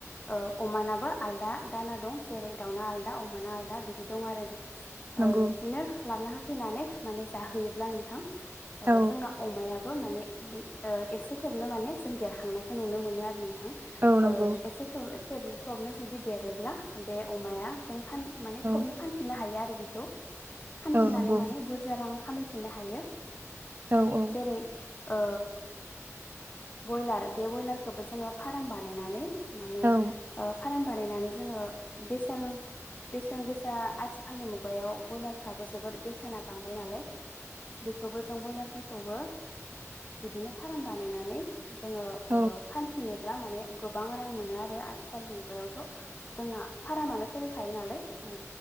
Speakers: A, on the left (about 30°); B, on the right (about 35°).
A: ओ अमानाबो आलदा दाना दं जेरै दाउना आल दा अमाना आलदा बिदि दं आरो
B: नंगौ
A: ओ बिदिनो लाबना हो फैनानै माने जाहैयोब्ला नोंथां ओ
B: औ
A: जोंना अमायाब बो माने ओ एसे थबनो माने जों देरखांनायखौ नुनो मोनो आरो नों थां
B: औ
A: ओ
B: नंगौ
A: एसे थब थेब थबनो जुदि देरोब्ला बे अमाया जों फान माने
B: औ
A: थबनो फानफिननो हायो आरो बिखौ फानफिननानै
B: औ नंगौ
A: माने बुरजा रां खामायफिननो हायो
B: औ औ
A: जेरै ओ बयलार बे बयलारखोबो जोङो फाराम बानायनानै माने
B: औ
A: ओ फाराम बानायनानै जोङो बेसेन बेसेन गोसा आथि फालनि मुगायाव बयलारफ्राबो जोबोद बेसेना बांबाय नालाय बेखौबो खौबो बिदिनो फाराम बानायनानै जोङो
B: औ
A: ओ फानफिनो ब्ला माने गोबां रां मोनो आरो आथिखालनि मुगायावथ' जोंना फारामानोस खुलिखायो नालाय ओ